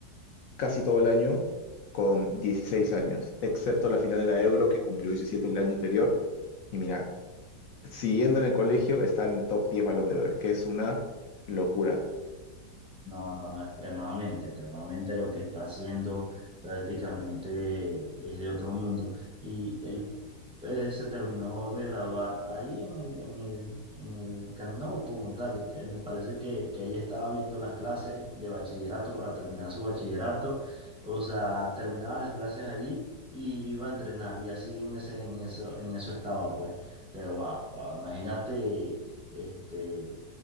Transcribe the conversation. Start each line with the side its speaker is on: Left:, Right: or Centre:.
Left: casi todo el año con 16 años, excepto la final de la Euro que cumplió 17 el año anterior. Y mira, siguiendo en el colegio, está en el top 10 Balón de Oro, que es una locura. <laughs>
Centre: No, no, no, extremadamente, extremadamente lo que está haciendo prácticamente es de otro mundo. Y él eh, se terminó de graduar ahí en el, en el, en el Camp Nou como tal. que me parece que, que ahí estaba viendo las clases de bachillerato para terminar su bachillerato. O sea, terminaba las clases allí y iba a entrenar. Y así en ese, en eso, en eso estaba, pues. Pero wow, wow, imagínate, este